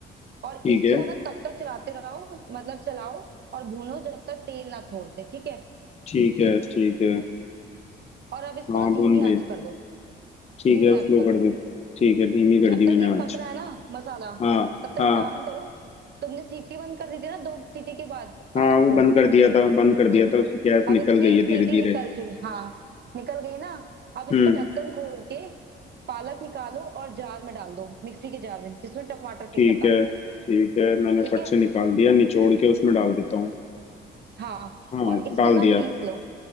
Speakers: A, on the right; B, on the left.
A: और
B: ठीक
A: इसको
B: है
A: ना तब तक चलाते रहो मतलब चलाओ और भूनो जब तक तेल ना छोड़ दे ठीक है
B: ठीक है ठीक है
A: और अब इसको
B: हाँ
A: ना धीमी
B: भून रही
A: आंच
B: है
A: कर दो
B: ठीक
A: धीमी
B: है
A: आंच
B: स्लो
A: करो
B: कर दे ठीक है धीमी
A: जब
B: कर दी मैंने
A: तक ये
B: आँच
A: पक रहा है ना मसाला
B: हाँ
A: तब तक
B: हाँ
A: काम करो तुमने सीटी बंद कर दी थी ना दो सीटी के बाद पालक
B: हाँ वो
A: को
B: बंद कर दिया था बंद कर दिया था उसकी गैस निकल
A: अब इसकी
B: गई है
A: सीटी
B: धीरे धीरे
A: निकल चुकी हाँ निकल गई ना अब इसका
B: हम्म
A: ढक्कन खोल के पालक निकालो और जार में डाल दो मिक्सी के जार में जिसमें टमाटर
B: ठीक
A: पीसा था
B: है ठीक है मैंने
A: ठीक
B: फट
A: है
B: से निकाल दिया निचोड़ के उसमें डाल देता हूँ
A: हाँ
B: हाँ
A: और इसको
B: डाल
A: ना
B: दिया
A: पीस लो